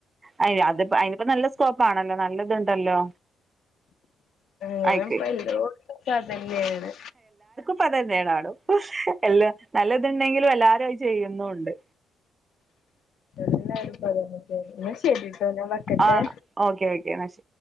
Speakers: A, on the right; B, on the left.
A: അയിന് അതിപ്പോ അയിനിപ്പോ നല്ല സ്കോപ്പാണല്ലോ നല്ലതുണ്ടല്ലോ
B: ഞാനെപ്പ
A: ആയിക്ക്
B: എല്ലോ <unintelligible> നല്ലയാണ്
A: പ്പ അതന്നെണാണോ എല്ലാ നല്ലതുണ്ടെങ്കിലും എല്ലാരു അയി ചെയ്യുന്നുവുണ്ട്
B: നല്ലടുപ്പാ അതന്നെ ന്നാ ശരിട്ടോ ഞാൻ വെക്കട്ടെ.
A: ആ ഓക്കെ ഓക്കെ എന്നാ ശരി